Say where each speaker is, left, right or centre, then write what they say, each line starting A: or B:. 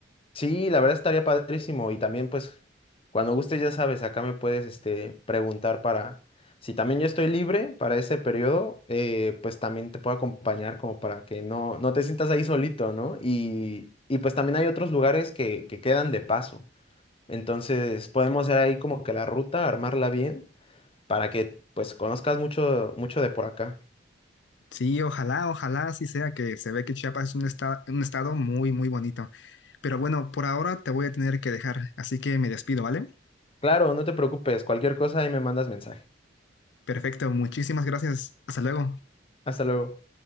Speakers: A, on the left (about 30°); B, on the left (about 70°).
A: Sí, la verdad estaría padrísimo y también pues cuando gustes ya sabes, acá me puedes este, preguntar para si también yo estoy libre para ese periodo, eh, pues también te puedo acompañar como para que no, no te sientas ahí solito, ¿no? Y, y pues también hay otros lugares que, que quedan de paso. Entonces podemos hacer ahí como que la ruta, armarla bien, para que pues conozcas mucho, mucho de por acá.
B: Sí, ojalá, ojalá así sea, que se ve que Chiapas es un estado, un estado muy, muy bonito. Pero bueno, por ahora te voy a tener que dejar, así que me despido, ¿vale?
A: Claro, no te preocupes, cualquier cosa ahí me mandas mensaje.
B: Perfecto, muchísimas gracias. Hasta luego.
A: Hasta luego.